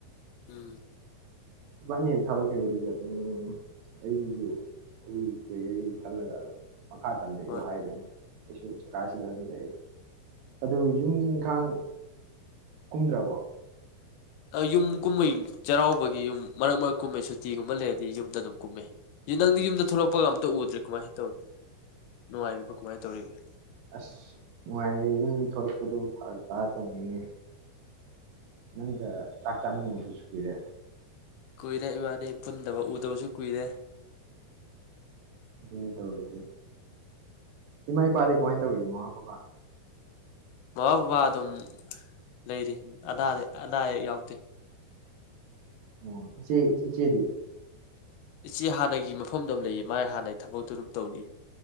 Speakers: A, on the left; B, on the right.
A: ꯎꯝ
B: ꯏꯕꯥꯅꯤ ꯍꯦꯛ ꯊꯥꯗꯣꯛꯈꯤꯕꯗꯒꯤ ꯑꯗꯨꯝ ꯑꯩꯒꯤꯁꯨ ꯑꯩꯒꯤ ꯀꯩ ꯀꯩꯀꯩ ꯈꯜꯂꯒ ꯑꯗꯨꯝ ꯃꯈꯥ ꯇꯝꯗ
A: ꯍꯣꯏ
B: ꯏꯕꯨ ꯍꯥꯏꯔꯅꯤ ꯑꯩꯁꯨ ꯖꯒꯥꯁꯤꯗ ꯑꯗꯨꯝ ꯂꯩꯌꯦ ꯑꯗꯨ ꯌꯨꯝ ꯏꯪꯈꯥꯡ ꯀꯨꯝꯗ꯭ꯔꯕꯣ
A: ꯌꯨꯝ ꯀꯨꯝꯃꯩ ꯆꯩꯔꯥꯎꯕꯒꯤ ꯌꯨꯝ ꯃꯔꯛ ꯃꯔꯛ ꯀꯨꯝꯃꯦ ꯁꯨꯇꯤꯒꯨꯝꯕ ꯂꯩꯔꯗꯤ ꯌꯨꯝꯗ ꯑꯗꯨꯝ ꯀꯨꯝꯃꯦ ꯅꯪꯗꯤ ꯌꯨꯝꯗ ꯊꯣꯛꯂꯛꯄꯒ ꯑꯝꯇ ꯎꯗ꯭ꯔꯦ ꯀꯃꯥꯏꯅ ꯇꯧꯏ ꯅꯨꯡꯉꯥꯏꯔꯤꯕ ꯀꯃꯥꯏꯅ ꯇꯧꯔꯤꯒꯦ
B: ꯑꯁ ꯅꯨꯡꯉꯥꯏꯔꯦ ꯌꯨꯝ ꯊꯂꯛꯄꯗꯨ ꯐꯔ ꯇꯥꯔ ꯇꯧꯅꯤꯡꯅꯦ ꯅꯪꯒ ꯆꯥꯛ ꯆꯥꯃꯤꯗꯨꯁꯨꯨ ꯄꯤꯔꯦ
A: ꯀꯨꯏꯔꯦ ꯏꯕꯥꯅꯤ ꯄꯨꯟꯗꯕ ꯎꯗꯕꯁꯨ ꯀꯨꯏꯔꯦ
B: ꯑꯗꯨꯅꯦ ꯇꯧꯔꯔꯤꯁꯦ ꯏꯃꯥ ꯏꯄꯥꯗꯤ ꯀꯃꯥꯏꯅ ꯇꯧꯔꯤꯒꯦ ꯃꯃꯥ ꯄꯄꯥ
A: ꯃꯃꯥ ꯕꯕꯥ ꯑꯗꯨꯝ ꯂꯩꯔꯤ ꯑꯗꯥꯗ ꯑꯗꯥ ꯑꯌꯦꯛ ꯌꯥꯎꯗꯦ
B: ꯑꯣ ꯏꯆꯦ ꯏꯆꯦ ꯗꯤ
A: ꯏꯆꯦ ꯍꯥꯟꯅꯒꯤ ꯃꯐꯝꯗꯨ ꯑꯗꯨꯝ ꯂꯩꯇꯦ ꯃꯥꯥꯏ ꯍꯥꯟꯅꯩ ꯊꯕꯛꯇꯨ ꯑꯗꯨꯝ ꯇꯧꯔꯤ